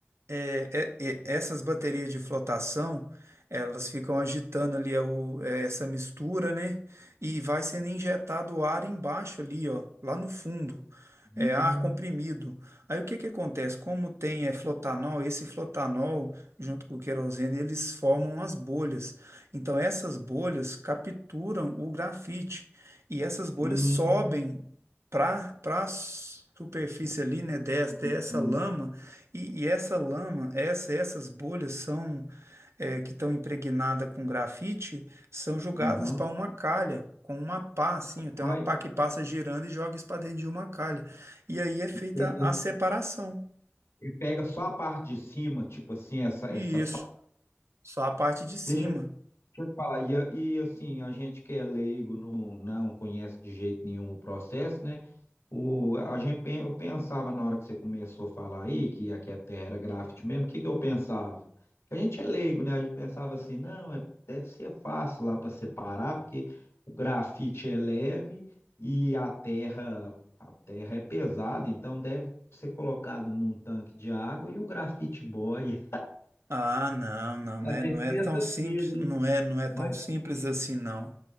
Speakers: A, on the right; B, on the left.
A: É, é, é, essas baterias de flotação, elas ficam agitando ali é o- é essa mistura, né? E vai sendo injetado ar embaixo ali, ó, lá no fundo. É
B: Uhum.
A: ar comprimido. Aí o que que acontece? Como tem é, flotanol, esse flotanol, junto com o querosene, eles formam as bolhas. Então essas bolhas capturam o grafite. E essas bolhas
B: Hum,
A: sobem para para a superfície ali, né, dessa,
B: entendi.
A: dessa lama e, e essa lama, essa, essas bolhas são é, que estão impregnadas com grafite, são jogadas
B: Aham.
A: para uma calha, com uma pá, assim, tem
B: Olha,
A: uma pá que passa girando e joga isso para dentro de uma calha. E aí é feita
B: tem- ele
A: a separação.
B: ele pega só a parte de cima, tipo assim, essa,
A: E
B: essa
A: isso,
B: pa-
A: só a parte de cima.
B: Deixa, deixa eu te falar, e, a- e assim, a gente que é leigo não, não conhece de jeito nenhum o processo, né? O, a gente, pen- eu pensava na hora que você começou a falar aí que aqui a Terra era grafite mesmo, o que que eu pensava? Que a gente é leigo, né? A gente pensava assim, não, é- deve ser fácil lá para separar, porque o grafite é leve e a terra, a terra é pesada, então deve ser colocado num tanque de água e o grafite boia.
A: Ah, não, não, não
B: A
A: é,
B: gente
A: não é
B: pensa
A: tão
B: assim,
A: simples,
B: né?
A: não é, não é
B: Mas,
A: tão simples assim, não.